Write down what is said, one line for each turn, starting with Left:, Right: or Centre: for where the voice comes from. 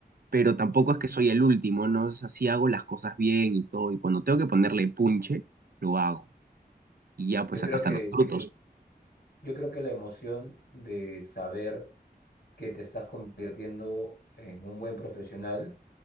Right: pero tampoco
Left: Ujú.
Right: es que soy el último, ¿no? O sea, sí hago las cosas bien y todo, y cuando tengo que ponerle punche, lo hago. Y ya, pues
Left: Yo creo
Right: acá están
Left: que,
Right: los frutos.
Left: yo creo que la emoción de saber que te estás convirtiendo en un buen profesional